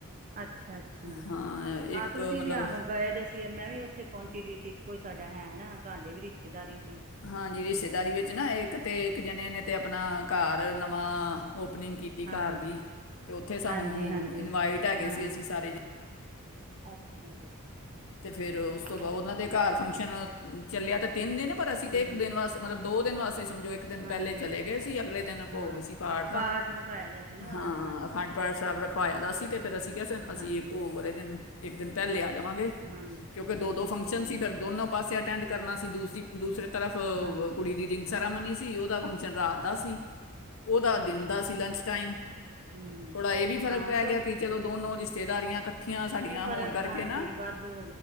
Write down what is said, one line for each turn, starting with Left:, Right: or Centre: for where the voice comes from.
Right: ਅੱਛਾ ਅੱਛਾ
Left: ਹਾਂ ਇੱਕ
Right: ਆਹ ਤੁਸੀਂ
Left: ਮਤਲਬ
Right: ਵੀ ਆਹੋ ਗਏ ਦੇ ਸੀ ਮੈਂ ਵੀ ਉੱਥੇ ਪਹੁੰਚੀ ਦੀ ਸੀ ਕੋਈ ਸਾਡਾ ਹੈ ਨਾ ਤੁਹਾਡੇ ਵੀ ਰਿਸ਼ਤੇਦਾਰੀ ਚ
Left: ਹਾਂਜੀ ਰਿਸ਼ਤੇਦਾਰੀ ਵਿੱਚ ਨਾ ਇੱਕ ਤੇ ਇੱਕ ਜਣੇ ਨੇ ਤੇ ਆਪਣਾ ਘਰ ਨਵਾਂ ਓਪਨਿੰਗ ਕੀਤੀ
Right: ਹਾਂਜੀ,
Left: ਘਰ ਦੀ ਤੇ ਉੱਥੇ ਸਾਨੂੰ
Right: ਹਾਂਜੀ, ਹਾਂਜੀ
Left: ਇਨਵਾਈਟ ਹੈਗੇ
Right: ਹਾਂ।
Left: ਸੀ ਅਸੀਂ ਸਾਰੇ ਜ
Right: ਅੱਛਾ ਜੀ
Left: ਤੇ ਫਿਰ ਉਸ ਤੋਂ
Right: ਹਾਂਜੀ,
Left: ਬਾਅਦ ਉਹਨਾਂ ਦੇ ਘਰ ਫੰਕਸ਼ਨ ਚੱਲਿਆ ਤਾਂ ਤਿੰਨ ਦਿਨ ਪਰ ਅਸੀਂ ਤਾਂ
Right: ਹੂੰ।
Left: ਇੱਕ ਦਿਨ ਵਾਸਤੇ ਮਤਲਬ ਦੋ ਦਿਨ ਵਾਸਤੇ ਸਮਝੋ ਇੱਕ ਦਿਨ
Right: ਹਾਂਜੀ,
Left: ਪਹਿਲੇ ਚਲੇ ਗਏ ਸੀ ਅਗਲੇ ਦਿਨ
Right: ਹਾਂ,
Left: ਭੋਗ ਸੀ ਪਾਠ
Right: ਹਾਂ
Left: ਦਾ
Right: ਰਖਾਇਆ ਦਾ ਸੀ ਨਾ ਉਹਨਾਂ
Left: ਹਾਂ
Right: ਨੇ ਹਾਂਜੀ।
Left: ਅਖੰਡ ਪਾਠ ਸਾਹਿਬ ਰਖਵਾਇਆ
Right: ਹਾਂ,
Left: ਦਾ ਸੀ ਅਤੇ ਫਿਰ ਅਸੀਂ ਕ ਅਸੀਂ
Right: ਹਾਂਜੀ।
Left: ਇਹ ਭੋਗ ਵਾਲੇ ਦਿਨ ਇੱਕ ਦਿਨ ਪਹਿਲੇ ਆ ਜਾਵਾਂਗੇ ਕਿਉਂਕਿ
Right: ਹਾਂਜੀ, ਹਾਂ
Left: ਦੋ ਦੋ ਫੰਕਸ਼ਨ
Right: ਠੀਕ,
Left: ਸੀ ਫਿਰ ਦੋਨੋ ਪਾਸੇ ਅਟੈਂਡ ਕਰਨਾ ਸੀ ਦੂਸਰੀ ਦੂਸਰੇ ਤਰਫ
Right: ਹਾਂਜੀ।
Left: ਕੁੜੀ ਦੀ ਰਿੰਗ ਸੈਰਾਮਨੀ ਸੀ ਉਹਦਾ ਫੰਕਸ਼ਨ ਰਾਤ ਦਾ ਸੀ ਉਹਦਾ
Right: ਅੱਛਾ,
Left: ਦਿਨ ਦਾ ਸੀ ਲੰਚ ਟਾਈਮ
Right: ਹੂੰ।
Left: ਥੋੜ੍ਹਾ ਇਹ ਵੀ ਫ਼ਰਕ
Right: ਹਾਂ
Left: ਪੈ ਗਿਆ ਕਿ ਚਲੋ ਦੋਨੋ ਰਿਸ਼ਤੇਦਾਰੀਆਂ ਇਕੱਠੀਆਂ ਸਾਡੀਆਂ
Right: ਫਰਕ
Left: ਹੋਣ ਕਰਕੇ
Right: ਹਾਂਜੀ
Left: ਨਾ
Right: ਵਾਧੂ